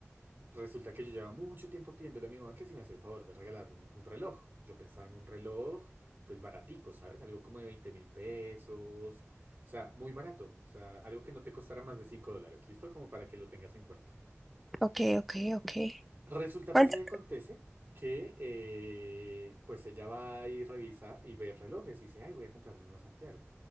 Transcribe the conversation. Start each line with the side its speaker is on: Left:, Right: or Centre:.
Right: Resulta que yo llevaba mucho tiempo pidiéndole a mi mamá que si me hacía el favor de regalarme un, un reloj. Yo pensaba en un reloj, pues baratico, ¿sabes? Algo como de veinte mil pesos. O sea, muy barato. O sea, algo que no te costara más de 5 dólares. ¿Listo? Como para que lo tengas en cuenta.
Centre: Ok, ok, ok.
Right: Resulta,
Centre: ¿Cuánto?
Right: pasa y acontece que eh, pues ella va y revisa y ve relojes y dice, ay, voy a comprarle uno a Santiago.